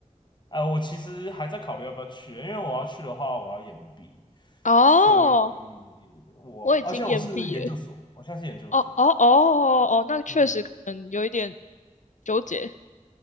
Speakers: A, on the left; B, on the left.
A: 呃，我其实还在考虑要不要去，因为我要去的话，我要延毕，
B: 哦、
A: 所以我而且我是研究所，
B: 我已经延毕了。
A: 我现在是研究所。
B: 哦哦哦哦，哦，那确实可能有一点
A: 嗯，
B: 纠结、